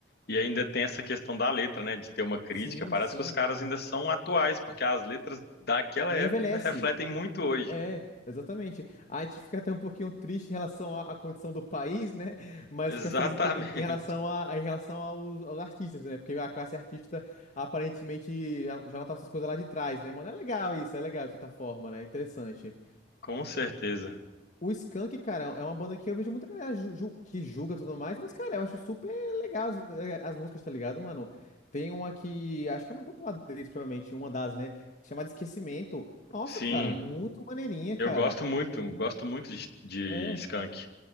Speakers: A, on the left; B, on the left.
A: E ainda tem essa questão da letra, né? De ter uma crítica.
B: Sim,
A: Parece
B: sim.
A: que os caras ainda são atuais, porque as letras daquela
B: Não
A: época
B: envelhece.
A: ainda refletem muito hoje.
B: É, exatamente. A gente fica até um pouquinho triste em relação à, à condição do país, né? Mas
A: Exatamente,
B: fica feliz em, co- em- em relação a, a- em relação aos, aos artistas, né? Porque a classe artista aparentemente já, já notava essas coisas lá de trás, né? Mano, é legal isso, é legal de certa forma, né? Interessante.
A: <laughs> com certeza.
B: O Skank, cara, é uma banda que eu vejo muita galera ju- ju- que julga e tudo mais, mas, cara, eu acho super legal as, eh, as músicas, tá ligado, mano? Tem uma que acho que é a mais popular deles, provavelmente, uma das, né? Chamada Esquecimento. Nossa,
A: Sim,
B: cara, muito maneirinha,
A: eu
B: cara.
A: gosto muito, gosto muito de, de
B: É,
A: Skank,